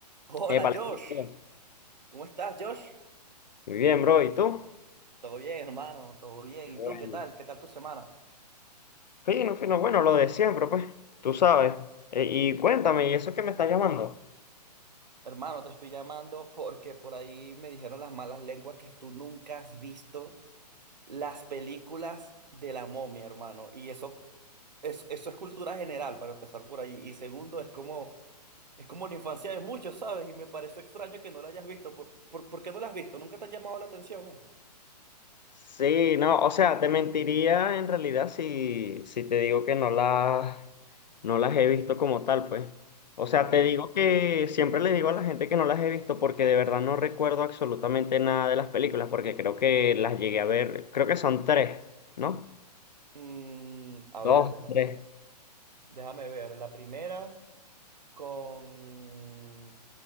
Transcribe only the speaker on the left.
Épale,
muy bien,
muy bien, bro. ¿Y tú?
Qué
bueno.
Fino, fino, bueno, lo de siempre, pues, tú sabes. E- y cuéntame, ¿y eso que me estás llamando?
Sí, no, o sea, te mentiría en realidad si, si te digo que no las, no las he visto como tal, pues. O sea,
te digo que siempre le digo a la gente que no las he visto porque de verdad no recuerdo absolutamente nada de las películas, porque creo que las llegué a ver, creo que son tres, ¿no?
Dos,
tres.